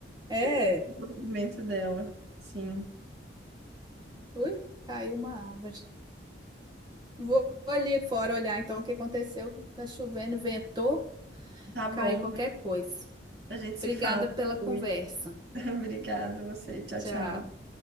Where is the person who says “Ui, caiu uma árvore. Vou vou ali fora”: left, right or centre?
Right